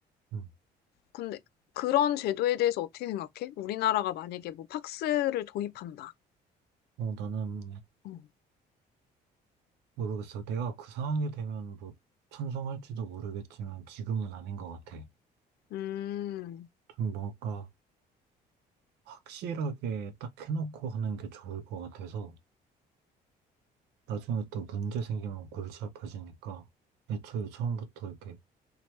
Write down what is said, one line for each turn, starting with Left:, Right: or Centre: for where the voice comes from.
Right: 음.
Left: 근데 그런 제도에 대해서 어떻게 생각해? 우리나라가 만약에 뭐 팍스를 도입한다.
Right: 어, 나는
Left: 음,
Right: 모르겠어. 내가 그 상황이 되면 뭐 찬성할지도 모르겠지만 지금은 아닌 것 같아.
Left: 음,
Right: 좀 뭔가 확실하게 딱 해놓고 하는 게 좋을 것 같아서 나중에 또 문제 생기면 골치 아파지니까 애초에 처음부터 이렇게